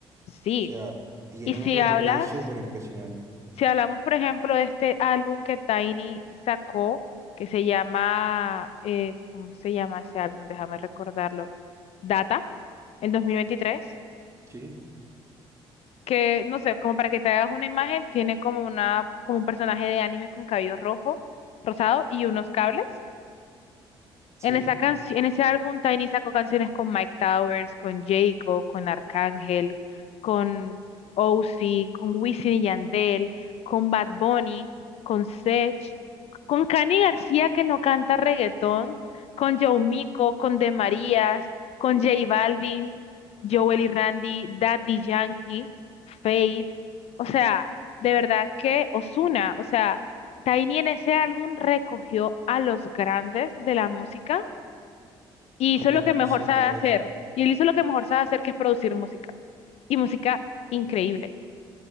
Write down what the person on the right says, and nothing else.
O sea, tiene
un recorrido
súper impresionante.
Sí,
sí.
Y
los
puso
todos.